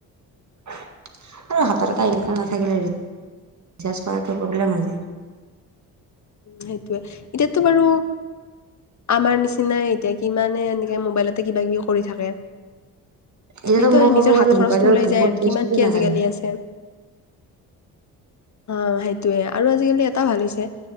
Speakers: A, on the right; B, on the left.
A: আৰু হাতৰ এটা ইনকাম নাথাকিলে ৰিচাৰ্ছ কৰাটো প্ৰব্লেম হৈ যায়।
B: সেইটোৱে, এতিয়াটো বাৰু আমাৰ নিচিনাই এতিয়া কিমানে এনেকে মোবাইলতে কিবা- কিবি কৰি থাকে।
A: এতিয়াতো
B: সেইটো
A: মই
B: আৰু
A: ক'ব
B: নিজৰ
A: গ'লে
B: হাত খৰচটো
A: মোবাইলৰ
B: ওলাই
A: বহুত
B: যায় আৰু
A: বস্তু
B: কিমান কি
A: নাজানো
B: আজিকালি আছে। অ সেইটোয়ে আৰু আজিকালি এটা ভাল হৈছে